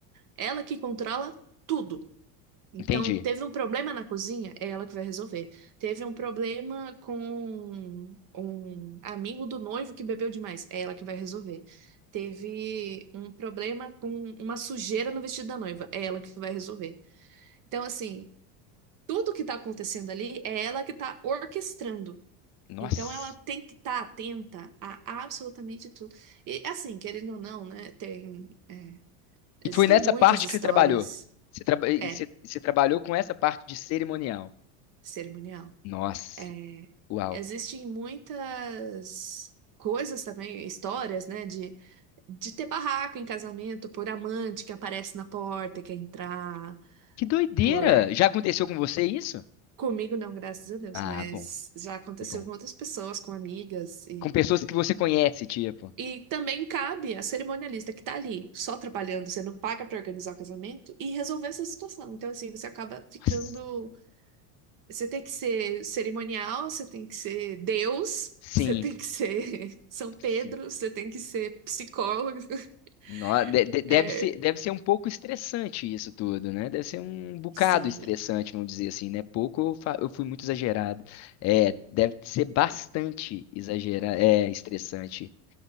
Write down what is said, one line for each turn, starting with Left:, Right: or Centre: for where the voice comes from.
Right: ela que controla tudo. Então,
Left: Entendi.
Right: teve um problema na cozinha, é ela que vai resolver. Teve um problema com um amigo do noivo que bebeu demais, é ela que vai resolver. Teve um problema com uma sujeira no vestido da noiva, é ela que vai resolver. Então, assim, tudo que tá acontecendo ali é ela que tá orquestrando.
Left: Nossa.
Right: Então ela tem que estar atenta a absolutamente tudo. E assim, querendo ou não, né? Tem, é,
Left: E
Right: existem
Left: foi nessa
Right: muitas
Left: parte
Right: histórias,
Left: que você trabalhou. Você, traba- e
Right: é,
Left: você- e você trabalhou com essa parte de cerimonial.
Right: cerimonial.
Left: Nossa.
Right: É,
Left: Uau.
Right: existem muitas coisas também, histórias, né? De, de ter barraco em casamento por amante que aparece na porta, quer entrar,
Left: Que doideira!
Right: por
Left: Já aconteceu com você isso?
Right: Comigo não, graças a Deus,
Left: Ah,
Right: mas
Left: bom.
Right: já aconteceu
Left: Que bom.
Right: com outras pessoas, com amigas
Left: Com pessoas que você conhece, tipo.
Right: E também cabe à cerimonialista que tá ali, só trabalhando, você não paga pra organizar o casamento e resolver essa situação. Então, assim, você acaba ficando.
Left: Nossa.
Right: Você tem que ser cerimonial, você tem que ser Deus,
Left: Sim.
Right: <laughs> você tem que ser <laughs> São Pedro,
Left: Sim.
Right: você tem que ser psicólogo. <laughs>
Left: No- de- de- Deve
Right: É,
Left: ser, deve ser um pouco estressante isso tudo, né? Deve ser um bocado
Right: sim,
Left: estressante, vamos dizer assim, né? Pouco eu, fa- eu fui muito exagerado. É, deve ser bastante exagerado, é, estressante